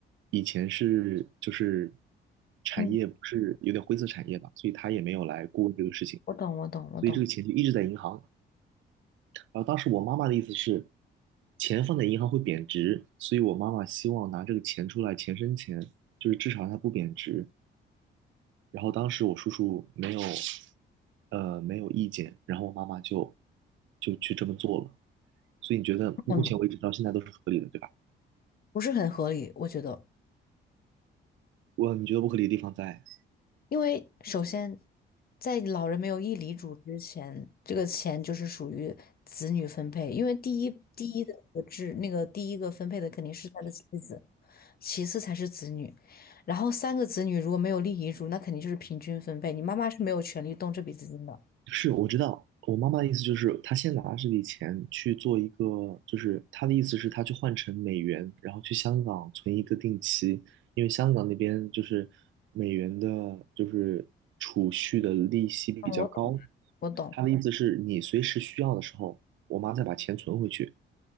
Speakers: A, on the right; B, on the left.
A: 以前是就是产业不是有点灰色产业吧，
B: 嗯。
A: 所以他也没有来过问这个事情，
B: 我懂，我懂，我懂，
A: 所以这个钱就一直在银行。然后当时我妈妈的意思是，钱放在银行会贬值，所以我妈妈希望拿这个钱出来钱生钱，就是至少它不贬值。然后当时我叔叔没有，呃，没有意见，然后我妈妈就就去这么做了。所以你觉得目前为止到现在都是合理的，
B: 嗯，
A: 对吧？
B: 不是很合理，我觉得，
A: 我你觉得不合理的地方在？
B: 因为首先，在老人没有立遗嘱之前，这个钱就是属于子女分配，因为第一第一的那个制那个第一个分配的肯定是他的妻子，其次才是子女，然后三个子女如果没有立遗嘱，那肯定就是平均分配，你妈妈是没有权利动这笔资金的。
A: 是，我知道。我妈妈的意思就是，她先拿这笔钱去做一个，就是她的意思是，她去换成美元，然后去香港存一个定期，因为香港那边就是美元的，就是储蓄的利息比较高。
B: 嗯，我懂，我懂，
A: 她的意思是你随时需要的时候，我妈再把钱存回去，